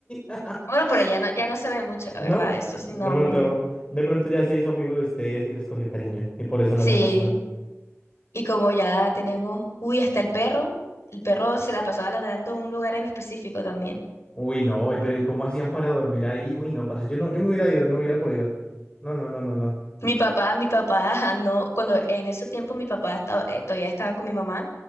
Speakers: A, on the left; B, on the left.
A: <laughs>
B: Bueno, pero ya no, ya no se ve mucho, la
A: ¿No?
B: verdad, eso
A: De
B: sí, no.
A: pronto,
B: no.
A: de pronto ya se hizo amigo de ustedes y les cogió cariño y por eso
B: Sí,
A: no se muestra.
B: Y como ya tenemos, uy, hasta el perro, el perro se la pasaba ladrando en un lugar en específico también.
A: Uy, no, y pero ¿y cómo hacían para dormir ahí? Uy, no, parce, yo no, yo me hubiera ido, no hubiera podido. No, no, no, no, no.
B: Mi papá, mi papá, <laughs> ajá, no, cuando en ese tiempo mi papá estaba- eh, todavía estaba con mi mamá